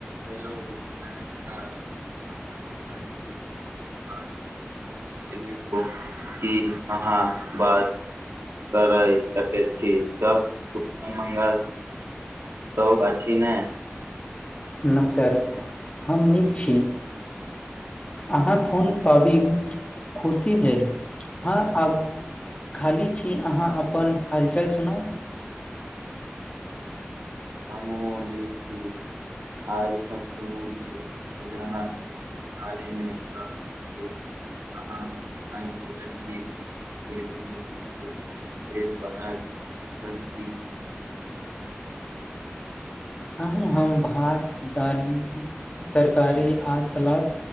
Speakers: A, on the right; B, on the left.
A: हेलो नमस्कार अहाँके सञ बाद फोन कले हो कि अहाँ बात करय सकैत छी सब बंगाल तौ अछि ने
B: नमस्कार हम नीक छी अहाँ फोन पाबी खुशी भेल हँ आब खाली छी अहाँ अपन हालचाल सुनाउ
A: ह <inaudible> हमहु नीक छी आइ सोचलहु जे होजाना आरेमे क करकेँ अहाँ आइ भोजन भी खेलगोछो विेष बना जल की
B: अही हम भात दाल तरकारी आ सलाद